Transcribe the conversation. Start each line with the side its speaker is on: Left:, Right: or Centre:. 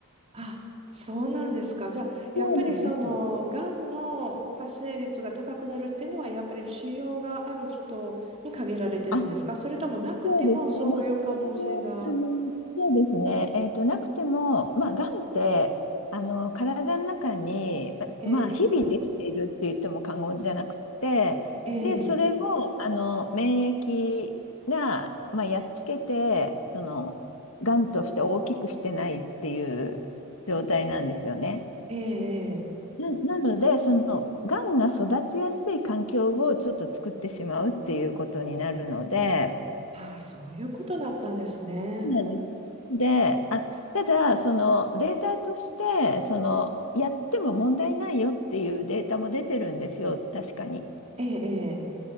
Right: あ、そうなんですか。じゃあ、やっぱりその、
Left: そうなんです。
Right: がんの発生率が高くなるっていうのは、やっぱり腫瘍がある人に限られてるんですかそれともなくても、
Left: あ、そうですね。
Right: そういう可能性が。
Left: まあ、ここもあの、そうですね。えっと、なくても、まあ、がんって、あの、体の中に、
Right: ええ、
Left: まあ、日々できているって言っても過言じゃなくて、
Right: ええ、
Left: で、それを、あの、免疫が、まあ、やっつけて、その、がんとして大きくしてないっていう状態なんですよね。
Right: ええ、ええ
Left: な、なので、その、がんが育ちやすい環境をちょっと作ってしまうっていうことになるので、
Right: ああ、そういうことだったんですね。
Left: そうなんです。で、あ、ただ、そのデータとして、そのやっても問題ないよっていうデータも出てるんですよ、確かに。
Right: ええ、